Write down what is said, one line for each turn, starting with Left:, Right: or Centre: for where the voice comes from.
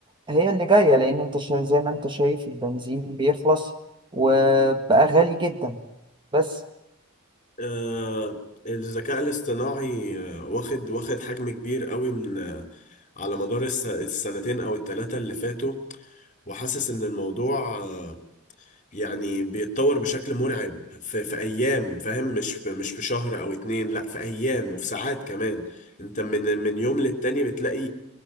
Right: هي اللي جايه لان انت شا- زي ما انت شايف البنزين بيخلص وبقى غالي جدا بس
Left: آه، الذكاء الاصطناعي آه، واخد واخد حجم كبير قوي من آه، على مدار الس- السنتين أو التلاتة اللي فاتوا وحاسس إن الموضوع آه، يعني بيتطور بشكل مرعب في, في ايام فاهم مش في مش في شهر او اتنين لا في ايام وفي ساعات كمان انت من من يوم للتاني بتلاقي